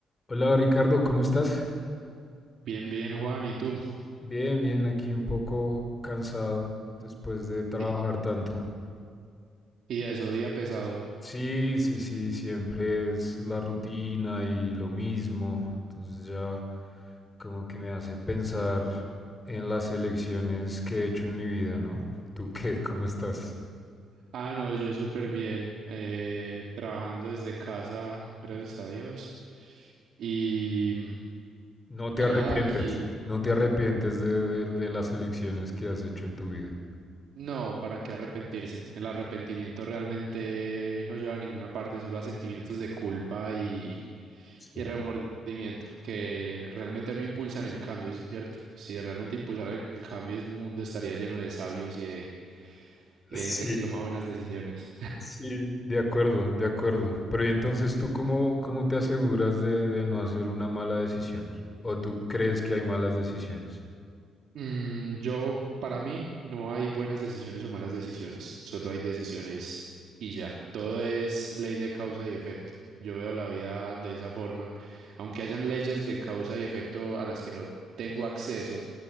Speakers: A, on the left; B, on the right.
A: Hola Ricardo, ¿cómo estás?
B: Bien, bien, Juan, ¿y tú?
A: Bien, bien, aquí un poco cansado después de trabajar
B: ¿Y,
A: tanto.
B: y eso, día pesado?
A: Sí, sí, sí, siempre es la rutina y lo mismo. Entonces ya como que me hace pensar en las elecciones que he hecho en mi vida, ¿no? ¿Tú <laughs> qué? ¿Cómo estás?
B: Ah, no, yo súper bien, eh, trabajando desde casa, gracias a Dios. Y,
A: No te
B: y
A: arrepientes.
B: nada, aquí,
A: No te arrepientes de, de- de las elecciones que has hecho en tu vida.
B: no, ¿para qué arrepentirse? El arrepentimiento realmente no lleva a ninguna parte, solo a sentimientos de culpa y,
A: Sí.
B: y remordimiento, que realmente no impulsan el cambio, ¿cierto? Si realmente impulsaran el cambio, el mundo estaría lleno de sabios y de, y de
A: Sí.
B: gente que toma buenas decisiones.
A: Sí, de acuerdo, de acuerdo. Pero ¿y entonces tú cómo, cómo te aseguras de, de no hacer una mala decisión? ¿O tú crees que hay malas decisiones?
B: Mm, yo, para mí, no hay buenas decisiones o malas decisiones, solo hay decisiones y ya. Todo es ley de causa y efecto. Yo veo la vida de esa forma, aunque hayan leyes de causa y efecto a las que no tengo acceso,